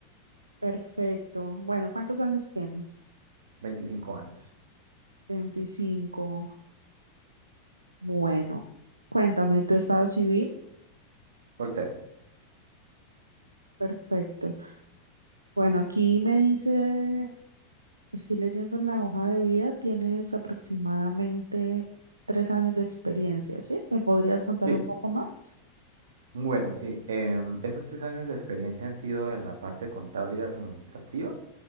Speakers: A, on the right (about 80°); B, on the right (about 65°).
A: Perfecto. Bueno, ¿cuántos años tienes?
B: 25 años.
A: 25. Bueno, cuéntame, ¿tu estado civil?
B: Soltero.
A: Perfecto. Bueno, aquí me dice, estoy leyendo la hoja de vida, tienes aproximadamente tres años de experiencia, ¿sí? ¿Me podrías contar
B: Sí.
A: un poco más?
B: Bueno, sí. em, esos tres años de experiencia han sido en la parte contable y administrativa.